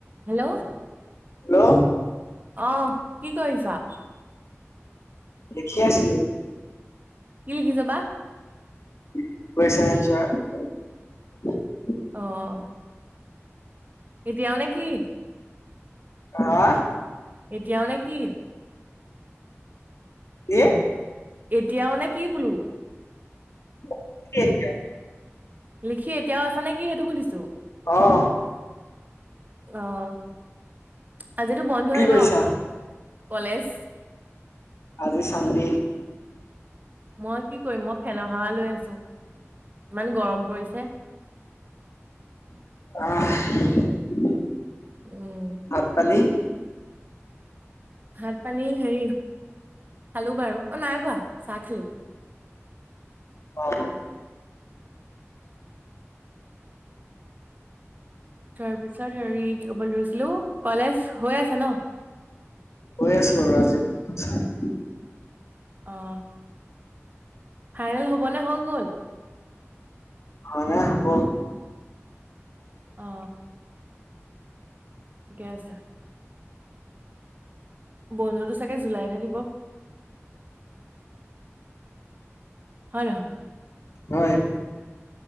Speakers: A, on the right (about 35°); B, on the left (about 65°).
A: Hello
B: hello
A: অ', কি কৰিছা?
B: লেখি আছিলোঁ।
A: কি লিখিছে বা!
B: <inaudible>
A: অ' এতিয়াও নে কি?
B: হা
A: এতিয়াও নে কি?
B: কি
A: এতিয়াও নে কি বোলো?
B: কি এতিয়া?
A: লিখি এতিয়াও আছা নে কি সেইটো সুধিছো?
B: অ'।
A: অ'। আজিতো বন্ধয়েই
B: কি কৰিছা
A: ন? কলেজ
B: আজি চানদে।
A: মই কি কৰিম মই ফেন হাৱা লৈ আছোঁ, ইমান গৰম পৰিছে।
B: অ'।
A: উম
B: ভাত পানি
A: ভাত পানী হেৰি, খালো বাৰু। অ' নাই খোৱা, চাহ খালোঁ।
B: অ'
A: তাৰ পিছত হেৰি, কি কব ধৰিছ হেল্ল' কলেজ হৈ আছে ন?
B: হৈ আছিল, ৰাজীৱ <unintelligible>
A: অ', ফাইনেল হ'ব ব নে হৈ গ'ল?
B: হোৱা নাই, হ'ব।
A: অ ঠিকে আছে। বন্ধটো চাগে জুলাইতহে দিব? হয় নহয়?
B: হয়।